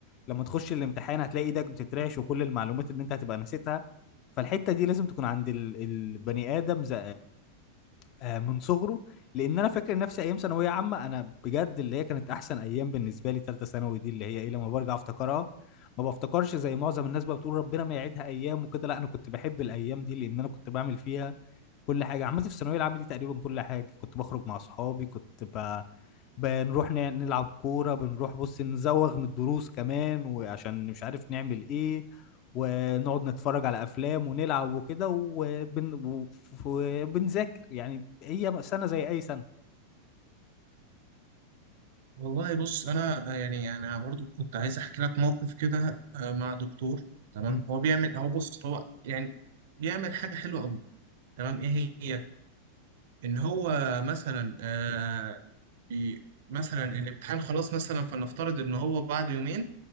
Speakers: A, on the left (about 40°); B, on the right (about 55°).
A: لما تخش الامتحان هتلاقي ايدك بتترعش وكل المعلومات اللي انت هتبقى نسيتها فالحتة دي لازم تكون عند ال... البني آدم ز... آه، من صغره لان انا فاكر نفسي ايام ثانويه عامه انا بجد اللي هي كانت احسن ايام بالنسبه لي ثالثه ثانوي دي اللي هي ايه لما برجع افتكرها ما بفتكرش زي معظم الناس بقى بتقول ربنا ما يعيدها ايام وكده لا انا كنت بحب الايام دي لان انا كنت بعمل فيها كل حاجه عملت في الثانويه العامه دي تقريبا كل حاجه كنت بخرج مع اصحابي كنت ب... بنروح ن- نلعب كوره بنروح بص نزوغ من الدروس كمان وعشان مش عارف نعمل ايه ونقعد نتفرج على افلام ونلعب وكده وبن... وف- وبنذاكر يعني هي سنه زي اي سنه
B: والله بص انا آه، يعني يعني انا برضو كنت عايز احكي لك موقف كده آه، مع دكتور تمام
A: مم.
B: هو بيعمل هو بص هو يعني بيعمل حاجه حلوه قوي تمام ايه هي ان هو مثلا آه بي مثلا الامتحان خلاص مثلا فلنفترض ان هو بعد يومين